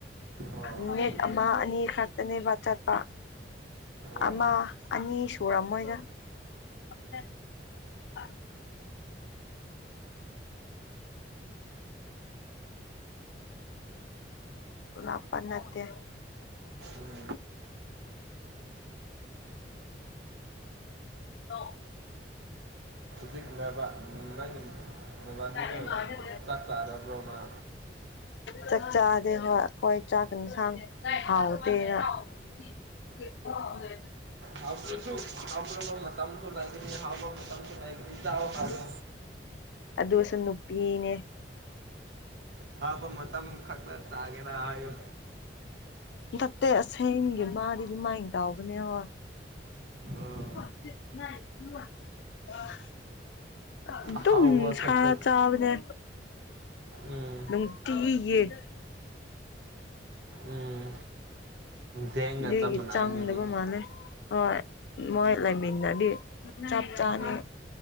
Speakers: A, on the right; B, on the left.
A: ꯑꯣ ꯑꯣ
B: ꯃꯤꯅꯤꯠ ꯑꯃꯥ ꯑꯅꯤ ꯈꯥꯔ ꯇꯅꯤꯕ ꯆꯠ ꯄ
A: ꯑꯣ
B: ꯑꯃ ꯑꯅꯤ ꯁꯨꯔꯝꯃꯣꯏꯗ <inaudible> <inaudible> ꯂꯞꯄ ꯅꯠꯇꯦ꯫
A: ꯎꯝ
B: <unintelligible>
A: <unintelligible> ꯅꯕꯥꯅꯤꯗꯣ
B: <inaudible>
A: ꯆꯥꯛ ꯆꯥꯗꯕꯔꯣꯃꯥ
B: ꯆꯥꯛ ꯆꯥꯗꯤ ꯍ ꯍꯣꯏ ꯆꯥꯛ ꯏꯟꯁꯥꯡ ꯍꯥꯎꯗꯦꯅ <unintelligible>
A: ꯍꯥꯥꯎꯇꯔ꯭ꯁꯨ ꯁ ꯍꯥꯥꯎ꯭ꯔꯣ ꯃ ꯃꯇꯝꯥꯡꯁꯨ ꯂꯥꯏꯅꯤ ꯍꯥꯎ ꯃ ꯃꯇꯝꯝꯁꯨ ꯂꯥꯏꯅꯤ ꯏ ꯆꯥꯎ ꯐꯔ
B: ꯑꯗꯨꯁꯨ ꯅꯨꯄꯤꯅꯦ꯫
A: ꯍꯥꯄ ꯃꯇꯝ ꯈꯛꯇ ꯆꯥꯒꯦꯔ ꯍꯥꯏꯌꯨ꯫
B: ꯍꯟꯊꯛꯇꯦ ꯑꯁꯦꯡꯒꯤ ꯃꯥꯗꯤꯗꯤ ꯃꯥꯏꯅ ꯇꯥꯎꯕꯅꯦ ꯍꯣꯏ꯫
A: ꯑꯣ
B: <unintelligible> ꯑ ꯑꯗꯨꯝ
A: ꯑꯍꯥꯎꯕ
B: ꯁꯥ
A: ꯈꯛꯇ
B: ꯆꯥꯕꯅꯦ꯫
A: ꯎꯝ
B: ꯅꯨꯡꯇꯤ ꯒꯤ ꯌꯦꯟ ꯫
A: ꯎꯝ ꯖꯦꯡꯒ
B: ꯑꯗꯨꯏꯒꯤ
A: ꯆꯞ ꯃꯥꯟꯅꯩ
B: ꯆꯥꯡꯗꯕ
A: ꯑꯗꯨꯗꯤ
B: ꯃꯥꯜꯂꯦ ꯍꯣꯏ ꯃꯣꯏ ꯂꯩꯃꯤꯟꯗꯤ ꯆꯥꯞ ꯆꯥꯅꯤ꯫
A: ꯍꯣꯏ